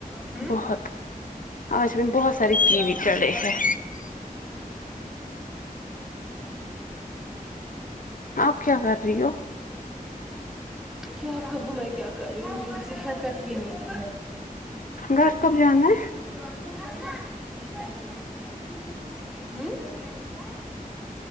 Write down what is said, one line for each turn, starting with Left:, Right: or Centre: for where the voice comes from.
Centre: ہمم
Left: بہت آج میں بہت سارے
Centre: رے کیا
Left: کیوی
Centre: ہوا اممی
Left: چڑھے
Centre: جان
Left: ہیں آپ کیا کر رہی ہو
Centre: کیا کہو میں کیا کر رہی مجھے اسے حیکت ہی نہیں ہے
Left: گھر کب جانا ہے
Centre: جی